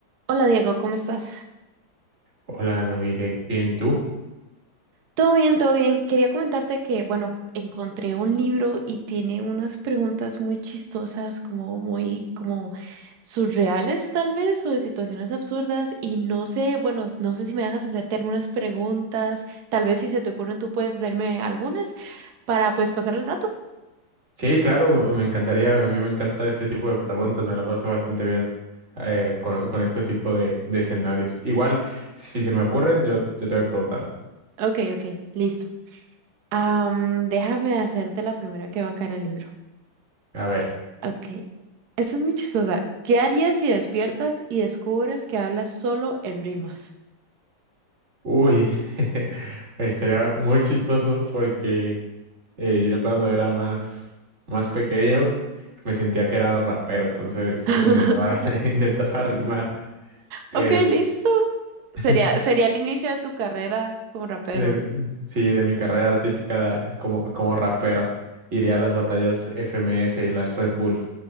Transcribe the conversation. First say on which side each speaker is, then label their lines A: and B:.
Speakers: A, on the right; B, on the right.
A: Hola Diego, ¿cómo estás?
B: Hola, Navire. Bien, ¿y tú?
A: Todo bien, todo bien. Quería comentarte que, bueno, encontré un libro y tiene unas preguntas muy chistosas, como muy, como surreales tal vez, o de situaciones absurdas. Y no sé, bueno, no sé si me dejas hacerte algunas preguntas. Tal vez si se te ocurren, tú puedes hacerme algunas para pues pasar el rato.
B: Sí, claro, me encantaría. A mí me encanta este tipo de preguntas. Me la paso bastante bien eh, con, con este tipo de, de escenarios. Igual, si se me ocurren, yo, yo te voy preguntando.
A: Ok, ok, listo. Am, déjame hacerte la primera que va acá en el libro.
B: A ver.
A: Ok, esta es muy chistosa. ¿Qué harías si despiertas y descubres que hablas solo en rimas?
B: Uy, <laughs> estaría muy chistoso porque eh, yo cuando era más, más pequeño me sentía que era rapero, entonces
A: <laughs>
B: intentaba, <laughs> intentaba rimar. Es-
A: Ok, listo. Sería,
B: <laughs>
A: sería el inicio de tu carrera como rapero.
B: De- sí, de mi carrera artística como, como rapero. Iría a las batallas FMS y las Red Bull.